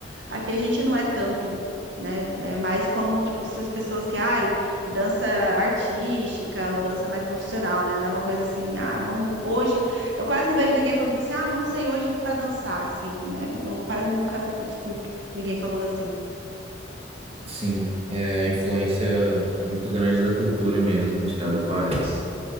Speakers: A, on the right; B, on the right.
A: Aqui a gente não é tanto, né? É mais como, tipo, essas pessoas que, ai, dança artística ou dança mais profissional, né? Não é uma coisa assim, ah, vamos hoje. Eu quase não vejo ninguém falando assim, ah, vamos sair hoje pra dançar, assim, né? Eu quase nunca escuto ninguém falando assim.
B: Sim, é a influência muito grande da cultura mesmo de cada país.